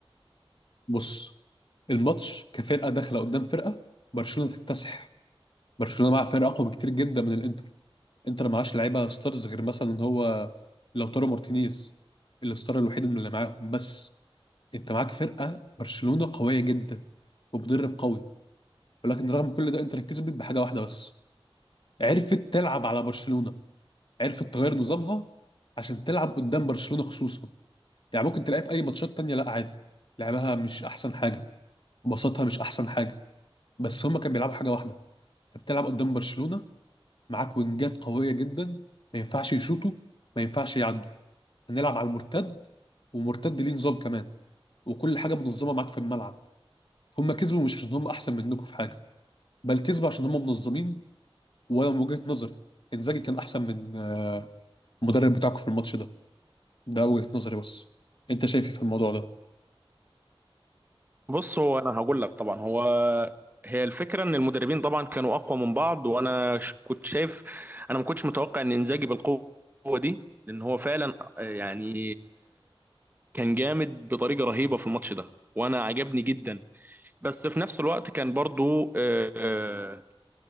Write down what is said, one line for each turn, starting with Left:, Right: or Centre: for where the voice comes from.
Left: بص الماتش كفرقه داخله قدام فرقه برشلونه تكتسح برشلونه معاها فرقه اقوى بكتير جدا من الانتر انتر معاش لعيبه ستارز غير مثلا ان هو لوتارو مارتينيز الستار الوحيد من اللي معاهم بس انت معاك فرقه برشلونه قويه جدا ومدرب قوي ولكن رغم كل ده انتر كسبت بحاجه واحده بس عرفت تلعب على برشلونه عرفت تغير نظامها عشان تلعب قدام برشلونه خصوصا يعني ممكن تلاقيها في اي ماتشات تانية لا عادي لعبها مش احسن حاجه وبساطها مش احسن حاجه بس هما كانوا بيلعبوا حاجه واحده انت بتلعب قدام برشلونه معاك وينجات قويه جدا ما ينفعش يشوطوا ما ينفعش يعدوا هنلعب على المرتد ومرتد ليه نظام كمان وكل حاجه منظمه معاك في الملعب هم كسبوا مش عشان هم احسن منكم في حاجه بل كسبوا عشان هم منظمين وانا من وجهه نظري انزاجي كان احسن من آه، المدرب بتاعكم في الماتش ده ده وجهه نظري بس انت شايف ايه في الموضوع ده
Right: بص هو انا هقول لك طبعا هو هي الفكره ان المدربين طبعا كانوا اقوى من بعض وانا ش- كنت شايف انا ما كنتش متوقع ان انزاجي بالقوه دي لان هو فعلا آه، يعني كان جامد بطريقه رهيبه في الماتش ده وانا عجبني جدا بس في نفس الوقت كان برضو آه، آه،